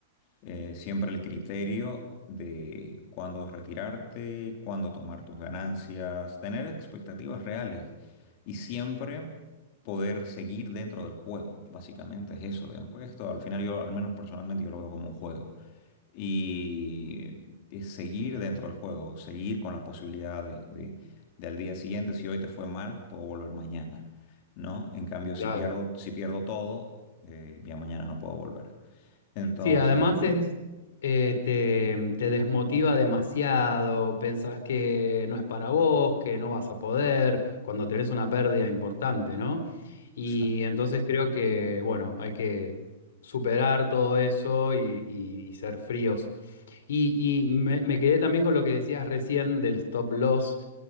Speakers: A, on the left (about 40°); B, on the left (about 75°).
A: eh, siempre el criterio de cuándo retirarte, cuándo tomar tus ganancias, tener expectativas reales y siempre poder seguir dentro del juego. Básicamente es eso, digamos, porque esto al final yo, al menos personalmente, yo lo veo como un juego. Y es seguir dentro del juego, seguir con la posibilidad de, de, de al día siguiente, si hoy te fue mal, puedo volver mañana, ¿no? En cambio,
B: claro.
A: si pierdo, si pierdo todo, eh, ya mañana no puedo volver. Entonces,
B: Sí, además es, eh, te, te desmotiva demasiado, pensás que no es para vos, que no vas a poder, cuando tenés una pérdida importante, ¿no? Y
A: Exacto,
B: entonces creo que, bueno, hay que superar todo eso y, y- y ser fríos. Y, y me, me quedé también con lo que decías recién del stop loss